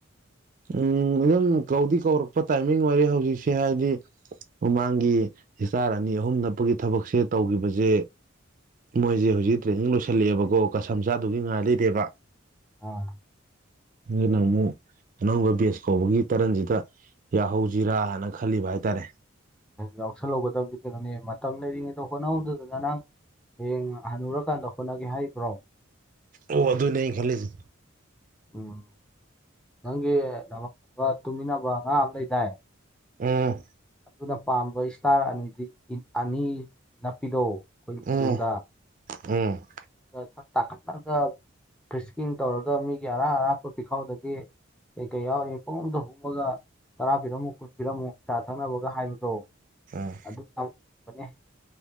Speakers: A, on the right (about 40°); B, in the centre.
A: ꯎꯝ ꯑꯗꯨꯝ ꯀꯧꯗꯤ ꯀꯧꯔꯛꯄ ꯇꯥꯏꯃꯤꯡ ꯑꯣꯏꯔꯦ ꯍꯧꯖꯤꯛꯁꯦ ꯍꯥꯏꯗꯤ ꯃꯃꯥꯡꯒꯤ ꯏꯁꯇꯥꯔ ꯑꯅꯤ ꯑꯍꯨꯝ ꯅꯞꯄꯒꯤ ꯊꯕꯛꯁꯦ ꯇꯧꯈꯤꯕꯁꯦ ꯃꯣꯏꯁꯦ ꯍꯧꯖꯤꯛ ꯇ꯭ꯔꯦꯅꯤꯡ ꯂꯣꯏꯁꯜꯂꯛꯑꯦꯕꯀꯣ ꯀꯁꯝ ꯆꯥꯗꯧꯒꯤ ꯉꯥꯏ ꯂꯩꯔꯦꯕ
B: ꯑꯥ
A: ꯑꯗꯨꯅ ꯑꯃꯨꯛ ꯑꯅꯧꯕ ꯕꯦꯁ ꯀꯧꯕꯒꯤ ꯇꯔꯟꯁꯤꯗ ꯌꯥꯍꯧꯁꯤꯔꯥꯅ ꯈꯜꯂꯤꯕ ꯍꯥꯏꯇꯥꯔꯦ
B: ꯌꯥꯎꯁꯜꯍꯧꯒꯗꯕꯗꯤ ꯀꯩꯅꯣꯅꯦ ꯃꯇꯝ ꯂꯩꯔꯤꯉꯩꯗ ꯍꯣꯠꯅꯍꯧꯗꯗ ꯅꯪ ꯍꯌꯦꯡ ꯍꯟꯅꯨꯔꯀꯥꯟꯗ ꯍꯣꯠꯅꯒꯦ ꯍꯥꯏꯔꯤꯕ꯭ꯔꯣ
A: ꯑꯣ ꯑꯗꯨꯅꯦ ꯑꯩ ꯈꯜꯂꯤꯁꯦ
B: ꯎꯝ ꯅꯪꯒꯤ ꯅꯃꯥꯟꯅꯕ ꯇꯨꯃꯤꯟꯅꯕ ꯑꯉꯥꯡ ꯑꯃ ꯂꯩꯗꯥꯏ
A: ꯎꯝ
B: ꯑꯗꯨꯅ ꯄꯥꯝꯕ ꯏꯁꯇꯥꯔ ꯑꯅꯤꯗꯤ ꯑꯅꯤ ꯅꯄꯤꯗꯣ ꯑꯩꯈꯣꯏ ꯂꯦꯡꯖꯨꯝꯗ
A: ꯎꯝ ꯎꯝ
B: ꯁꯛ ꯇꯥꯈꯠꯂꯒ ꯐ꯭ꯔꯤꯁꯀꯤꯡ ꯇꯧꯔꯒ ꯃꯤꯒꯤ ꯑꯔꯥꯛ ꯑꯔꯥꯛꯄ ꯄꯤꯈꯥꯎꯗꯒꯤ ꯀꯩ ꯀꯩ ꯌꯥꯎꯔꯤ ꯄꯨꯡꯍꯨꯝꯗ ꯍꯨꯝꯃꯒ ꯇꯔꯥ ꯄꯤꯔꯝꯃꯨ ꯀꯨꯟ ꯄꯤꯔꯝꯃꯨ ꯆꯥ ꯊꯛꯅꯕꯒ ꯍꯥꯏꯕꯗꯣ
A: ꯎꯝ
B: ꯑꯗꯨ <unintelligible> ꯇꯧꯕꯅꯦ